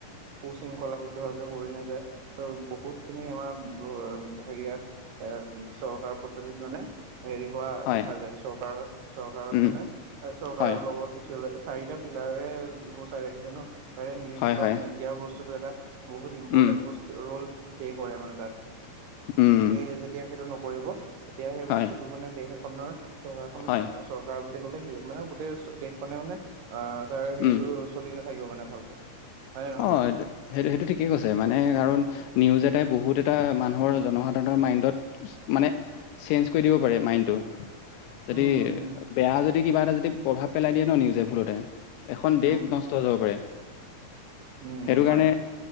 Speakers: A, on the right; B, on the left.
A: কো শৃংখলাবদ্ধ ভাৱে কৰি নাযায়। ত' বহুত খিনি আমাৰ ব হেৰিয়াত এ, চৰকাৰ পদ্ধতিত মানে হেৰি হোৱা
B: হয়,
A: দেখা যায়। চৰকাৰত, চৰকাৰ
B: উম,
A: মানে, চৰকাৰৰ
B: হয়,
A: লগত চাৰিটা পিলাৰ বচাই ৰাখিছে ন, তাৰে নিউজ
B: হয়,
A: বা
B: হয়,
A: মিডিয়াৰ বস্তুতটো এটা বহুত ইম্পৰ্টেণ্ট
B: উম,
A: বস্তু ৰোল প্লে কৰে মানে তাত।
B: উম,
A: সেই যেতিয়া সেইটো নকৰিব, তেতিয়া সেই
B: হয়,
A: বস্তুটো মানে দেশ এখনৰ চৰকাৰখন,
B: হয়,
A: চৰকাৰ বুলি কলে কি হ'ব। মানে গোটেই দেশ মানে মানে অ, তাৰ হেৰিতটো
B: উম,
A: চলি নাথাকিব মানে ভালকে। হয় নে নহয়
B: অ,
A: বাৰু
B: সেইটো, সেইটো ঠিকেই কৈছে মানে কাৰণ নিউজ এটাই বহুত এটা মানুহৰ জনসাধাৰণৰ মাইণ্ডত মানে চেঞ্জ কৰি দিব পাৰে মাইণ্ডটো। যদি
A: উম
B: বেয়া যদি কিবা এটা যদি প্ৰভাৱ পেলাই দিয়ে ন, নিউজে ভুলতে এখন, দেশ
A: উম
B: নষ্ট হৈ যাব পাৰে।
A: উম
B: সেইটোকাৰণে,
A: উম হয়